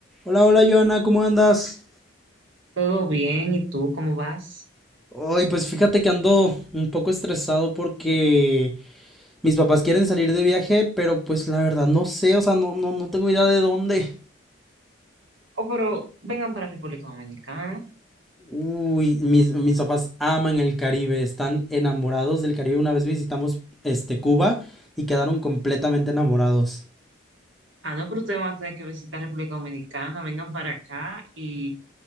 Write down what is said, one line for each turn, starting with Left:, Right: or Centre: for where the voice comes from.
Centre: Hola, hola, Joana, ¿cómo andas?
Right: Todo bien, ¿y tú cómo vas?
Centre: Hoy, pues fíjate que ando un poco estresado porque mis papás quieren salir de viaje, pero pues la verdad no sé, o sea, no, no, no tengo idea de dónde.
Right: Oh, pero vengan para República Dominicana.
Centre: Uy, mis, mis papás aman el Caribe, están enamorados del Caribe. Una vez visitamos este Cuba y quedaron completamente enamorados.
Right: Ah, no, pero ustedes van a tener que visitar República Dominicana, vengan para acá y